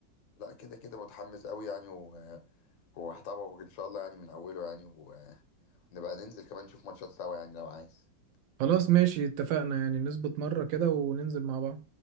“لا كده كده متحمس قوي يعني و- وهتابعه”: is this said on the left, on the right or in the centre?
Left